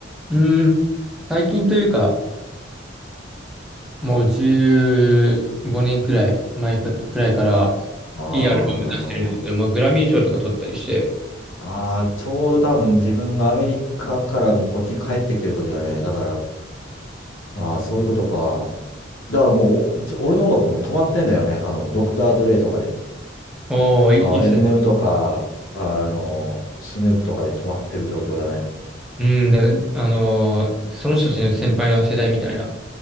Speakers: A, in the centre; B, on the left (about 80°).
A: うん、最近というか、もう15年くらい前くらいくらいから、
B: ああ、
A: いいアルバム出してるんですけど、
B: なるほど。
A: まあ、グラミー賞とか取ったりして、
B: ああ、ちょうど多分自分がアメリカからもうこっちに帰ってきてる時だね。だから、ああ、そういうことか。だからもう、じ俺の音楽も止まってんだよね。あの、ドクター・ドレイとかで。
A: おーいいいいっすね。
B: ああ、エミネムとか、あの、スヌープとかで止まってる状況だね。
A: うん、だ、あのーその人たちの先輩の世代みたいな。